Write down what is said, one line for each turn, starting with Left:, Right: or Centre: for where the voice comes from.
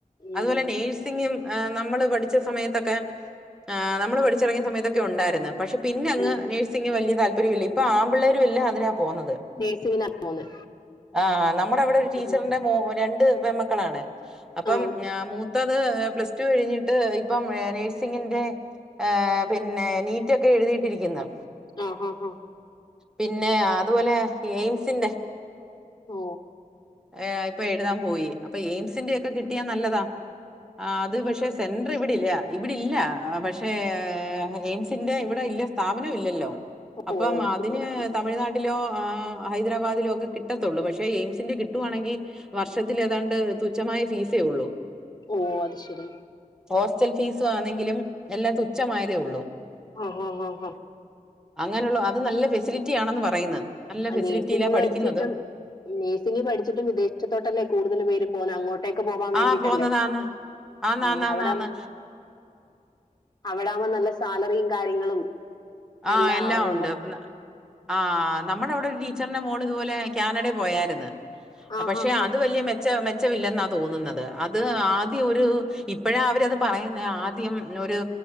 Left: ഉം
Centre: അതുപോലെ നഴ്സ് സിങ്ങും നമ്മള് പഠിച്ച സമയത്തൊക്കെ നമ്മള് പഠിച്ചിറങ്ങിയ സമയത്തൊക്കെ ഉണ്ടായിര്ന്ന് പക്ഷെ പിന്നെ അങ്ങ്
Left: ഉം
Centre: നഴ്സിങ് വലിയ താല്പര്യല്ല. ഇപ്പൊ ആമ്പിള്ളേരു ല്ലാം അതിനാ പോകുന്നത്
Left: നേഴ്സിങ്ങിനാ പോകുന്നത്
Centre: ആ നമ്മുടെ അവിടെ ഒരു ടീച്ചറിന്റെ
Left: ഉം.
Centre: മോ പെമ്മക്കളാണ് അപ്പം
Left: ആ
Centre: ഏ മൂ ത്തത് പ്ലസ് ടു കഴിഞ്ഞിട്ട് ഇപ്പം നേഴ്സിങ്ങിന്റെ ഏ പിന്നെ നീറ്റൊക്കെ എഴുതിയിട്ടിരിക്കുന്നു
Left: ആഹ ഹഹ
Centre: പിന്നെ അതുപോലെ എയിംസിന്റെ
Left: ഓ
Centre: ഏ് ഇപ്പൊ എഴുതാൻ പോയി. അപ്പൊ എയിംസിന്റെക്കെ കിട്ടിയാ നല്ലതാ ആ അത് പക്ഷെ സെൻ ഇവിടില്ല ഇവിടില്ല പക്ഷേ എയിംസിന്റെ ഇവിടെ ഇല്ല സ്ഥാപനവും ഇല്ലല്ലോ അപ്പം
Left: ഓ ഓ
Centre: അതിന്
Left: ശരിയാ
Centre: തമിഴ്നാട്ടിലോ ആഹ് ഹൈദരാബാദിലോക്കെ കിട്ടത്തുള്ളൂ പക്ഷെ എയിംസിന്റെ കിട്ടുവാണെങ്കിൽ വർഷത്തിലതാണ്ട് തുച്ഛമായ ഫീസേ ഉള്ളൂ
Left: ഓ അത് ശെരി
Centre: ഹോസ്റ്റൽ ഫീസും ആണെങ്കിലും എല്ലാം തുച്ഛമായതേ ഉള്ളൂ
Left: <unintelligible>
Centre: അങ്ങനെയുള്ള അത് നല്ല ഫെസിലിറ്റി ആണെന്ന് പറയുന്നത് നല്ല
Left: ആഹ്
Centre: ഫെസിലിറ്റിയിലാ
Left: നഴ്സിംഗി
Centre: പഠിക്കുന്നതും
Left: പഠിച്ചിട്ടും നഴ്സി പഠിച്ചിട്ടും വിദേശത്തോട്ടല്ലേ കൂടുതൽേ അങ്ങോട്ടേക്ക് പോവാൻ വേണ്ടിട്ടല്ലേ
Centre: ആ പോകുന്നതാന്ന് ആന്നാന്നാന്നാന്ന്
Left: മ് അവിടം അവിടാവുമ്പോ നല്ല സാലറിയും കാര്യങ്ങളും
Centre: ആഹ്
Left: എല്ലാം
Centre: എല്ലാ
Left: ആവുമല്ലോ
Centre: ഉണ്ട് ന ആഹ് നമ്മുടെ അവിടെ ഒരു ടീച്ചറിന്റെ മോള് ഇതുപോലെ കാനഡയിൽ പോയായിരുന്നു
Left: ആഹാ
Centre: പക്ഷെ
Left: ഹാ
Centre: അത് വലിയ മെ ച്ച മെച്ചമില്ലെന്നാ തോന്നുന്നത് അത് ആദ്യം ഒരു ഇപ്പഴാ അവരത് പറയുന്ന ആദ്യം ന്നൊരു